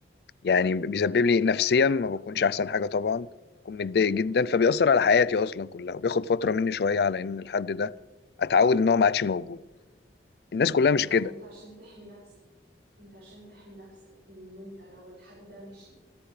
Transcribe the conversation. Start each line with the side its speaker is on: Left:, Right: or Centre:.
Left: يعني بيسبب لي نفسيا ما بكونش احسن حاجه طبعا بكون متضايق جدا فبيأثر على حياتي اصلا كلها وبياخد فتره مني شويه على ان الحد ده اتعود ان هو ما عادش موجود الناس كلها مش
Right: يعني
Left: كده
Right: أنت عشان تحمي نفسك أنت عشان تحمي نفسك من إن أنت لو الحد ده مشي